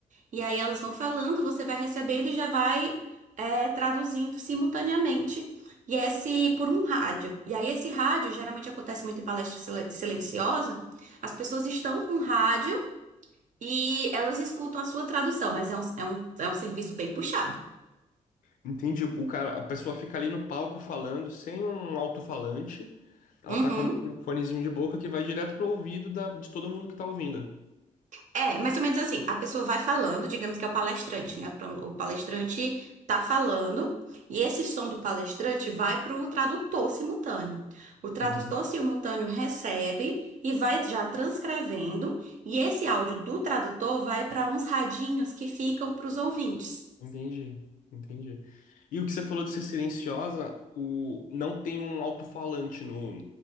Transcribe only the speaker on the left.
Entendi. O cara, a pessoa fica ali no palco falando sem um alto-falante. Ela
tá com um fonezinho de boca que vai direto pro ouvido da, de todo mundo que tá ouvindo.
Uhum.
Entendi, entendi. E o que você falou de ser silenciosa, o não tem um alto-falante no,